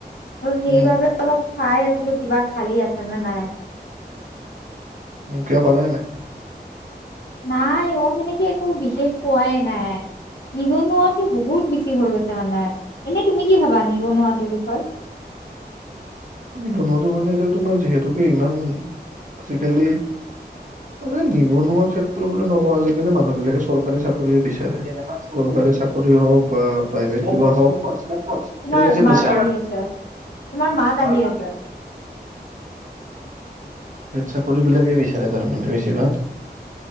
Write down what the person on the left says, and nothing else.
ত' সেইবাবে
অলপ চাই আছিলো কিবা খালী আছে নে নাই।
নাই অ' সেনেকে একো বিশেষ পোৱাই নাই। নিবনুৱাটো বহুত বেছি হৈ গৈছে মানে এনে তুমি কি ভাবা নিবনুৱাটোৰ বিষয়ে? <inaudible>
তোমাৰ
মাত
আহি আছে তোমাৰ মাত আহি
আছে